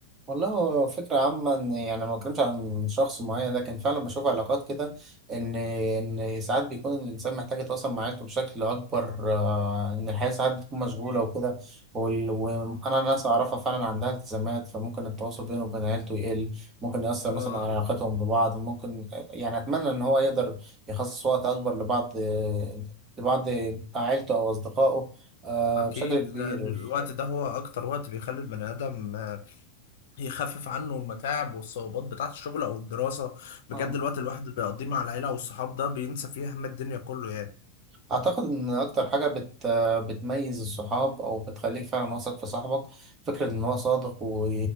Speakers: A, on the right; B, on the left.
A: والله هو فكرة عامة إن يعني ما بتكلمش عن شخص معين لكن فعلا بشوف علاقات كده إن إن ساعات بيكون الإنسان محتاج يتواصل مع عيلته بشكل أكبر آه، إن الحياة ساعات بتكون مشغولة وكده وال- وأنا ناس أعرفها فعلا عندها التزامات فممكن التواصل بينه وبين عيلته يقل ممكن يأثر
B: آه
A: مثلا على علاقتهم ببعض ممكن يعني أتمنى إن هو يقدر يخصص وقت أكبر لبعض لبعض عيلته أو أصدقائه آه،
B: اكيد
A: بشكل كبير.
B: لان الوقت ده هو اكتر وقت بيخلي البني ادم آه، يخفف عنه المتاعب والصعوبات بتاعه الشغل او الدراسه بجد
A: آه.
B: الوقت الواحد اللي بيقضيه مع العيله والصحاب ده بينسى فيه هم الدنيا كله يعني
A: أعتقد إن أكتر حاجة بت... بتميز الصحاب أو بتخليك فعلا واثق في صاحبك فكرة إن هو صادق و...